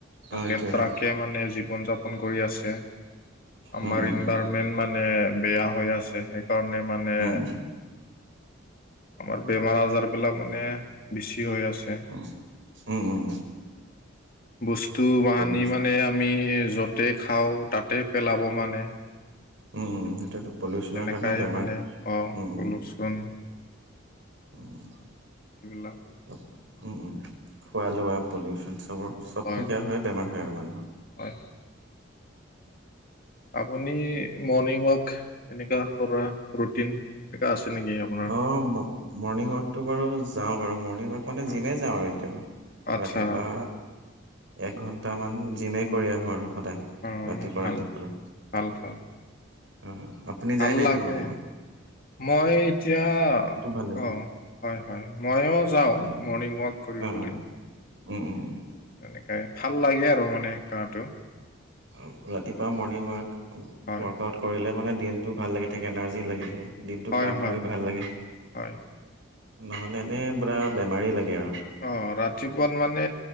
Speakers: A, on the right (about 70°); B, on the left (about 45°).
A: অ এইটো
B: লেট্ৰাকে
A: এইটো
B: মানে জীৱন যাপন কৰি আছে। আমাৰ
A: উম, উম,
B: ইনভাইৰমেন্ট
A: উম,
B: মানে বেয়া হৈ আছে। সেইকাৰণে মানে
A: উম,
B: আমাৰ বেমাৰ আজাৰবিলাক মানে বেছি হৈ আছে।
A: উম, উম, উম,
B: বস্তু বাহানি
A: পলিউচ
B: মানে আমি য'ত তেই খাওঁ তাতে পেলাব মানে।
A: উম, সেইটোৱেইটো, পলিউচনৰ
B: এনেকাই
A: কাৰণে বেমাৰ
B: মানে অঁ
A: উম।
B: পলুচন
A: উম।
B: এইবিলাক।
A: অলপ, উম উম। খোৱা লোৱা পলিউচন চবৰ চবটো
B: হয়
A: সেইয়া হৈ বেমাৰ হয় আৰু মানুহৰ।
B: হয়। আপুনি মৰ্ণিং ৱাক এনেকুৱা কৰা ৰুটিন এনেকুৱা আছে নেকি আপোনাৰ?
A: অলপ ম মৰ্ণিং ৱাকটো বাৰু যাওঁ বাৰু, মৰ্ণিং ৱাক মানে
B: অঁ
A: জিমেই যাওঁ আৰু এতিয়া আৰু।
B: আচ্ছা
A: ৰাতিপুৱা এক ঘন্টামান জিমে কৰি আহো আৰু সদায়
B: অঁ
A: ৰাতিপুৱা
B: ভাল
A: ৰাতিপুৱা।
B: ভাল ভাল।
A: অ আপুনি
B: ভাল
A: যায় নাই নে এতিয়া
B: লাগে
A: মৰ্নিং ৱাকত।
B: মই এতিয়া
A: ভাল লাগে
B: অহ হয় হয় ময়ো যাওঁ
A: উম,
B: মৰ্ণিং ৱাক কৰিবলৈ।
A: অ', উম উম।
B: এনেকাই ভাল লাগে আৰু মানে গাটো।
A: আৰু ৰাতিপুৱা মৰ্ণিং ৱাক
B: হয়।
A: ৱাক কৰিলে মানে দিনটো ভাল লাগি থাকে এনাৰজি লাগি থাকে। দিনটো
B: হয়
A: কাম
B: হয়
A: কৰি ভাল লাগে
B: হয়
A: নহলে এনে পুৰা বেমাৰী লাগে আৰু।
B: অ ৰাতিপুৱাত মানে